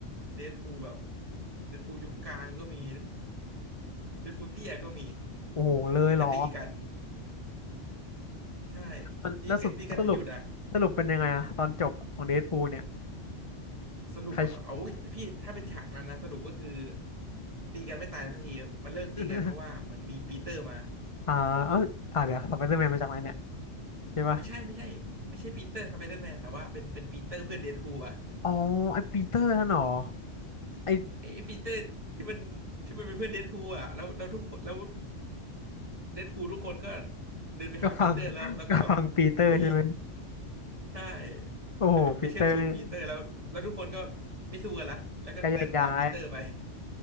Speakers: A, on the right; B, on the left.
A: เดดพูลแบบเดดพูลยุคกลางก็มีเดดพูลเตี้ยก็มี
B: โอ้โหเลยเหรอ
A: แล้วก็ตีกันใช่
B: มันแล้วสุดสรุป
A: ตีกันตีกันไม่หยุดอะ
B: สรุปเป็นยังไงอะตอนจบของเดดพูลเนี่ย
A: สรุปว่าเอาอุ๊ยพี่ถ้าเป็นฉากนั้นนะสรุปก็คือ
B: ใคร
A: ตีกันไม่ตายสักทีมันเลิกตีกันเพราะว่าเหมือนมีปีเตอร์มา
B: <laughs> อ่าเอออ่าเดี๋ยวสไปเดอร์แมนมาจากไหนเนี่ยใช่ปะ
A: ไม่ใช่ไม่ใช่ไม่ใช่ปีเตอร์สไปเดอร์แมนแต่ว่าเป็นเป็นปีเตอร์เพื่อนเดดพูลอ่ะ
B: อ๋อไอปีเตอร์นั่นเหรอไอ
A: ไอ้ปีเตอร์ที่มันที่มันเป็นเพื่อนเดดพูลอ่ะแล้วแล้วทุกคนแล้วเดดพูลทุกคนก็เดินไปหาปีเตอร์แล้วแล้วก็แบบ
B: กระฟังกระฟังปีเตอร์ใช่ไหม
A: <laughs> เฮ้ยใช่
B: โอ้โหปีเตอร์นี่
A: ไปแบบไปเชิดชูปีเตอร์แล้วแล้วทุกคนก็ไม่สู้กันละแล้วก็เดินตามปีเตอร์ไป
B: ก็แยกย้าย